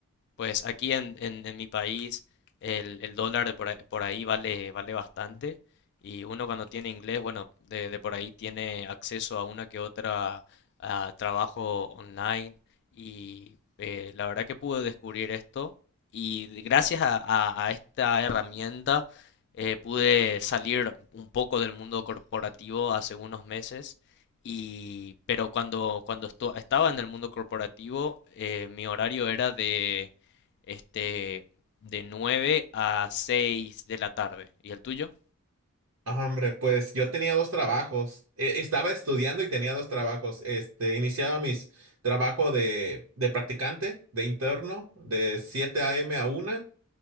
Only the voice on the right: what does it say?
Ah, Hombre, pues yo tenía dos trabajos. Eh, estaba estudiando y tenía dos trabajos. Este, iniciaba mis trabajo de, de practicante, de interno, de siete a m a una.